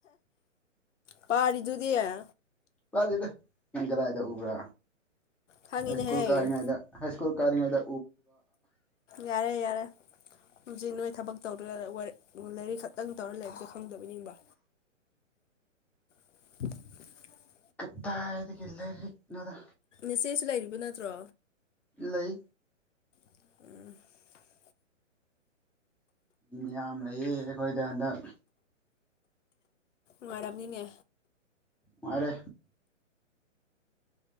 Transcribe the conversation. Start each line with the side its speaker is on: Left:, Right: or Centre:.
Left: ꯄꯍꯥꯔ ꯏꯗꯨꯗꯤ ꯍꯥꯏ
Centre: ꯂꯗꯤꯗ ꯅꯪ ꯀꯗꯥꯏꯗ ꯎꯕ꯭ꯔꯥ
Left: ꯈꯪꯉꯤꯅꯦꯍꯦ
Centre: ꯍ ꯁꯀꯨꯜ ꯀꯥꯔꯤꯉꯗ ꯍ ꯁ꯭ꯀꯨꯜ ꯀꯔꯤꯉꯥꯏꯗ
Left: ꯌꯥꯔꯦ ꯌꯥꯔꯦ ꯍꯧꯖꯤꯛ ꯅꯣꯏ ꯊꯕꯛ ꯇꯧꯗꯒ ꯂꯩꯥꯏꯔꯤꯛ ꯈꯛꯇꯪ ꯇꯧꯔ ꯂꯩ ꯟꯗ ꯑꯣꯏꯅꯤꯡꯕ <unintelligible>
Centre: ꯀꯗꯥꯗꯒꯤ ꯂꯥꯏꯔꯤꯛꯅꯣꯗ
Left: ꯏꯆꯦꯁꯨ ꯂꯩꯔꯤꯕ ꯅꯠꯇ꯭ꯔꯣ
Centre: ꯂꯩ
Left: ꯎꯝ
Centre: ꯃꯌꯥꯝ ꯂꯩ ꯑꯩꯈꯣꯏꯗ ꯍꯟꯗꯛ
Left: ꯃꯔꯥꯅꯤꯅꯦ
Centre: ꯃꯥꯔꯦ